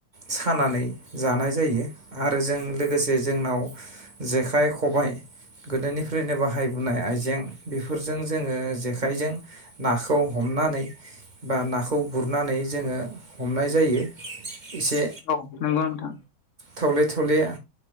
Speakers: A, on the right; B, on the left.
A: सानानै जानाय जायो आरो जों लोगोसे जोंनाव जेखाइ खबाइ गोदोनिफ्रायनो बाहायबोनाय आइजें बेफोरजों जोङो जेखाइजों नाखौ हमनानै बा नाखौ गुरनानै जोङो हमनाय जायो। एसे
B: औ नंगौ नोंथां
A: थौले थौले ओ